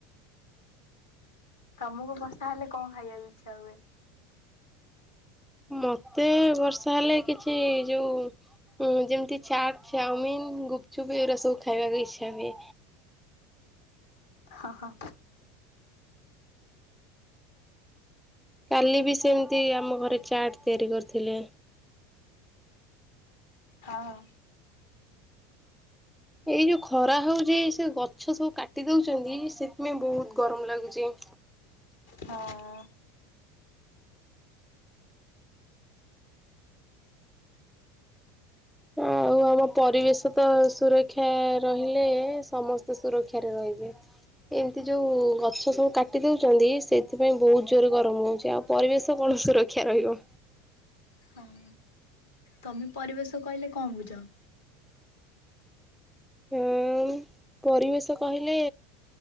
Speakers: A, on the left; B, in the centre.
A: ତମକୁ ବର୍ଷା ହେଲେ କଣ ଖାଇବାକୁ ଇଚ୍ଛା ହୁଏ?
B: ମତେ ବର୍ଷା ହେଲେ କିଛି ଯୋଉ ଯେମିତି ଚାଟ୍ ଚାଉମିନ୍ ଗୁପଚୁପ ଏଉରା ସବୁ ଖାଇବାକୁ ଇଚ୍ଛା ହୁଏ।
A: ହଁ ହଁ
B: କାଲି ବି ସେମିତି ଆମ ଘରେ ଚାଟ୍ ତିଆରି କରିଥିଲେ।
A: ହଁ
B: ଏଇ ଯୋଉ ଖରା ହୋଉଛି ସେ ଗଛ ସବୁ କାଟି ଦୋଉଛନ୍ତି ସେଥିପାଇଁ ବହୁତ ଗରମ ଲାଗୁଛି। <inaudible>
A: ହଁ
B: ଆଉ ଆମ ପରିବେଶ ତ ସୁରକ୍ଷା ରହିଲେ ସମସ୍ତେ ସୁରକ୍ଷାରେ ରହିବେ। ଏମିତି ଯୋଉ ଗଛ ସବୁ କାଟି ଦୋଉଛନ୍ତି ସେଥିପାଇଁ ବହୁତ ଜୋରେ ଗରମ ହଉଛି ଆଉ ପରିବେଶ କଣ ସୁରକ୍ଷା ରହିବ।
A: ହଁ ତମେ ପରିବେଶ କହିଲେ କଣ ବୁଝ?
B: ହଁ ପରିବେଶ କହିଲେ